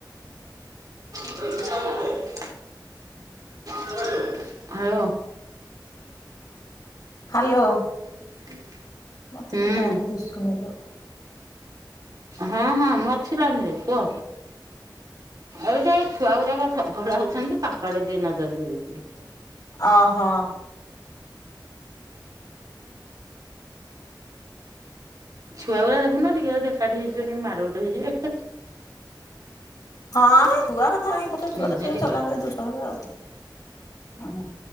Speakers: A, on the right; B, on the left.
A: <unintelligible> ଆଇବ।
B: ହ୍ୟାଲୋ।
A: <inaudible>
B: ମତେ
A: ହୁଁ।
B: ତ ଟାଇମ ଦିଶୁ ନେଇଲୋ।
A: ହଁ ହଁ ମୁଁ ଅଛି ଲାଇନ୍ ରେ କୁହ। ଏଟା ଏ ଛୁଆ ଗୁରାକ ଚଗଲା ହୋଉଛନ୍ତି ତାଙ୍କଆଡେ ଟିକେ ନଜର ଦେଇ ଦେଇଥିଲି।
B: ଅ ହୋ।
A: ଛୁଆ ଗୁରା ଦେଖୁନ ଟିକେ ଯଦି ଏକାଠି ହେଇଯିବେ କେମିତି ମାର ଗୋଡ଼ ହେଇଯିବେ।
B: ହଁ ଛୁଆ କଥା କାଇ କହୁଛ, ଛୁଆ
A: ମୁଁ
B: ହେରା
A: କହିଲି
B: ଚଲା ହେବେ ଦୁଷ୍ଟ ହେବେ ଆଉ। ଅ ହଁ।